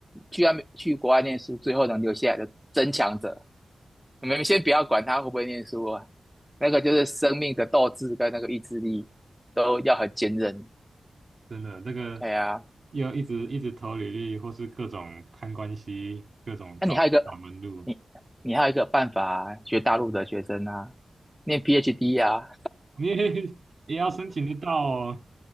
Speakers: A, in the centre; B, on the right.
A: 去外面去国外念书，最后能留下来的争强者，我们先不要管他会不会念书啊，那个就是生命的斗志跟那个意志力都要很坚韧。
B: 真的，这个
A: 对啊，
B: 要一直一直投履历，或是各种攀关系，各种找找门路，
A: 那你还有一个，你你还有一个办法啊学大陆的学生啊，念 PhD 啊，
B: 你 <laughs> 也要申请得到哦。